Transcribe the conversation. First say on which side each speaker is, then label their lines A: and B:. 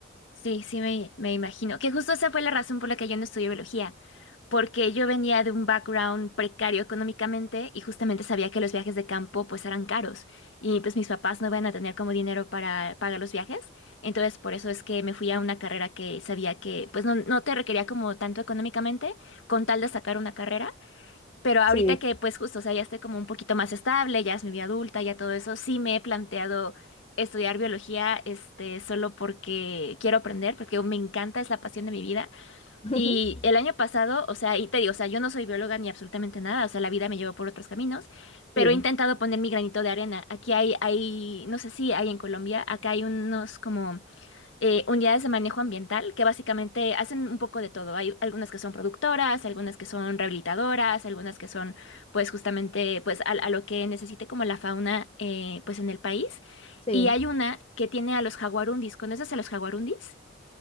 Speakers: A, on the left; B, on the left.
A: Sí, sí, me, me imagino. Que justo esa fue la razón por la que yo no estudié biología. porque yo venía de un background precario económicamente y justamente sabía que los viajes de campo pues eran caros y pues mis papás no iban a tener como dinero para pagar los viajes, entonces por eso es que me fui a una carrera que sabía que pues no, no te requería como tanto económicamente con tal de sacar una carrera, pero ahorita
B: Sí,
A: que pues justo, o sea, ya estoy como un poquito más estable, ya es mi vida adulta, ya todo eso, sí me he planteado... estudiar biología, este, solo porque quiero aprender, porque me encanta, es la pasión de mi vida.
B: <laughs>
A: Y el año pasado, o sea, y te digo, o sea, yo no soy bióloga ni absolutamente nada, o sea, la vida me llevó por otros caminos, pero
B: sí,
A: he intentado poner mi granito de arena. Aquí hay, hay, no sé si hay en Colombia, acá hay unos como eh, unidades de manejo ambiental que básicamente hacen un poco de todo. Hay algunas que son productoras, algunas que son rehabilitadoras, algunas que son, pues, justamente, pues, a, a lo que necesite como la fauna, eh, pues, en el país.
B: sí.
A: Y hay una que tiene a los jaguarundis. ¿Conoces a los jaguarundis?